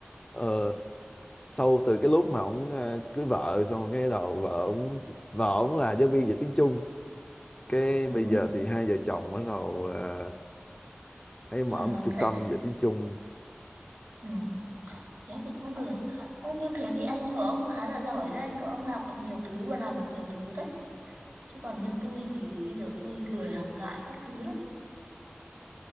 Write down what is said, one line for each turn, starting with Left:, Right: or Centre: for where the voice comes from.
Left: Ờ, sau từ cái lúc mà ổng ờ, cưới vợ xong rồi cái đầu vợ ổng vợ ổng là giáo viên dạy tiếng Trung, cái
Right: Ừ.
Left: bây giờ thì hai vợ chồng bắt đầu ờ, nay mở
Right: Ừ.
Left: một trung
Right: Vậy
Left: tâm dạy tiếng Trung
Right: ừ. thế thì cũng được Ừ, như thế thì anh của ông khá là giỏi đấy anh của ông học được nhiều thứ và làm được nhiều thứ đấy chứ còn như tôi thì bây giờ tôi lười học lại các thứ lắm